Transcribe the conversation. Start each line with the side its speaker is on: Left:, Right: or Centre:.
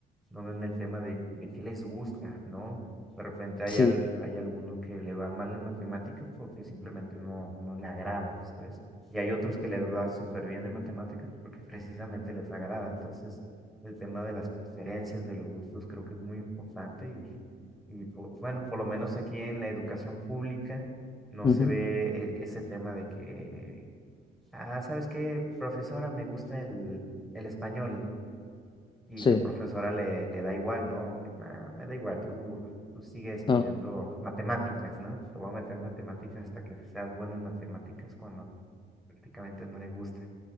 Centre: no ven el tema de, de qué les gusta, ¿no? De repente hay,
Left: sí.
Centre: al- hay alguno que le va mal en matemáticas porque simplemente no, no le agrada, ¿sabes? Y hay otros que les va súper bien en matemáticas porque precisamente les agrada. Entonces, el tema de las preferencias, de los gustos, creo que es muy importante y, y po- bueno, por lo menos aquí en la educación pública no
Left: Ujú,
Centre: se ve e- ese tema de que, ah, ¿sabes qué, profesora? Me gusta el, el español. Y
Left: Sí,
Centre: la profesora le, le da igual, ¿no? "Ah, me da igual, tú, tú sigue estudiando
Left: no.
Centre: matemáticas, ¿no? Te voy a meter matemáticas hasta que seas bueno en matemáticas cuando prácticamente no le gusta,